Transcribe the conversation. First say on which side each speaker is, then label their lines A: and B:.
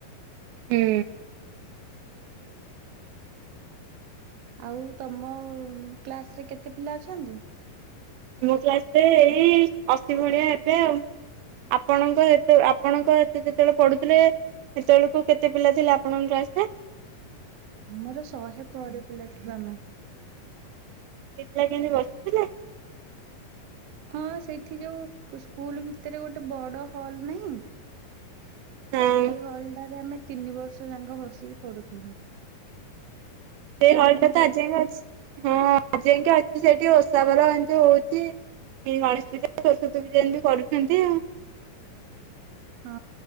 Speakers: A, on the right (about 85°); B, on the right (about 70°).
A: ହୁଁ।
B: ଆଉ ତମ କ୍ଲାସ ରେ କେତେ ପିଲା ଅଛନ୍ତି।
A: ଆମ କ୍ଲାସ ରେ ଏଇ ଅଶୀ ଭଳିଆ ହେବେ ଆଉ। ଆପଣଙ୍କ ହେତ ଆପଣଙ୍କ ଏତ ଯେତେବେଳେ ପଢୁଥିଲେ ସେତେବେଳକୁ କେତେ ପିଲା ଥିଲେ ଆପଣଙ୍କ କ୍ଲାସ୍ ରେ।
B: ଆମର ଶହେ ପରେ ପିଲା ଥିବା ଆମେ।
A: ଏ ପିଲା କେମିତି ବସୁଥିଲେ।
B: ହଁ ସେଠି ଯୋଉ ସ୍କୁଲ ଭିତରେ ଗୋଟେ ବଡ ହଲ ନାହିଁ।
A: ହଁ।
B: ସେଇ ହଲଡାରେ ଆମେ ତିନି ବର୍ଷ ଯାକ ବସିକି ପଡୁଥିଲୁ।
A: ସେ ହଲଟା ତ ଆଜିଯାଏ ଅଛି। ହଁ ଯାଇକି ଅଛି ସେଇଠି ଓଷାବାର ଏମିତି ହଉଛି ଗଣେଶ ପୂଜା ସରସ୍ଵତୀ ପୂଜା ଏମତି କରୁଛନ୍ତି ଆଉ।
B: ହଁ